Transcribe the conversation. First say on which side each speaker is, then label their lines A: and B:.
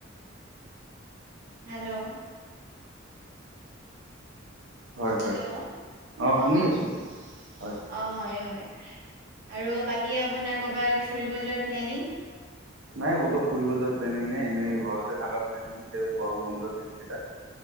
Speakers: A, on the right; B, on the right.
A: হেল্ল'!
B: হয়
A: হেল্ল'!
B: হয় অ শুনি
A: অঁ।
B: আছো হয়।
A: অঁ হয় হয়, আৰু বাকী আপোনাৰ ক'ৰবাত ফুৰিব যোৱাৰ প্লেনিং?
B: নাই ক'তো ফুৰিব যোৱাৰ প্লেনিং নাই এনেই ঘৰতে থাকা প্লেনিং। তেও গৰম বন্ধ দিনকেইটা।